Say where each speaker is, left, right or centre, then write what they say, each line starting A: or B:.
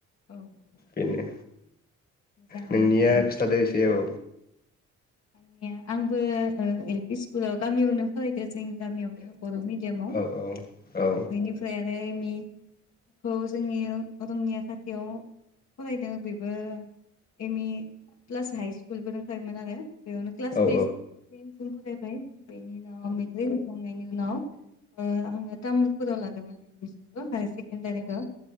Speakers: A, on the left; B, on the left.
A: औ औ
B: बेनो
A: मोजाङानो
B: नोंनिया
A: उम
B: खिथादो एसे औ
A: आंनिया ओ आंबो एल पि स्कुलाव गामियावनो फरायदो जों गामियावनो बर मिडियामाव
B: औ औ
A: बेनिफ्राय आरो एम इ खौ जोंनि रंनिया खाथियाव फरायदों बेबो एम इ प्लास हाइ स्कुलबो दोंखायोमोन आरो बेयावनो क्लास
B: औ अ औ
A: तेस तेनसिम सिम फरायबाय बेनि उनाव मेट्रिक होखांनायनि उ नाव ओ आङो तामुलपुराव लादोंमोन एडमिसन हायार सेकेणडारिखौ